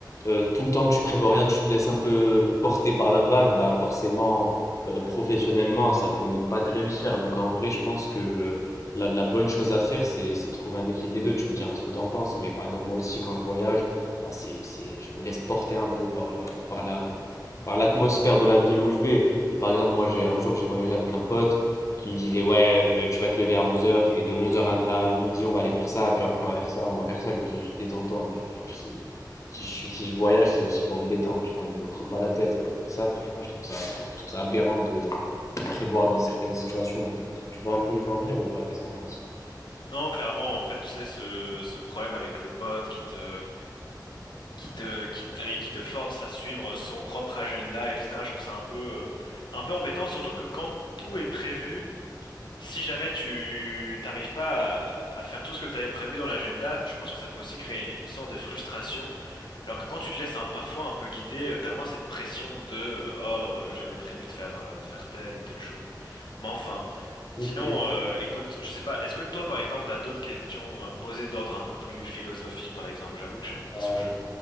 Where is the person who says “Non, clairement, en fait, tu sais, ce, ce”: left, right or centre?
Left